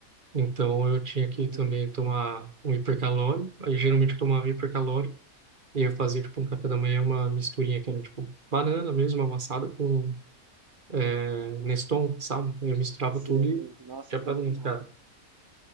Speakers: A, on the right (about 35°); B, on the right (about 15°).
A: Então eu tinha que
B: Uhum.
A: também tomar um hipercalórico. Aí geralmente eu tomava hipercalórico. E eu fazia tipo um café da manhã, uma misturinha que era tipo banana mesmo, amassada com eh, Neston, sabe? Eu misturava
B: Sei.
A: tudo e
B: Nossa,
A: já
B: fica
A: pra
B: muito
A: dentro,
B: bom.
A: cara.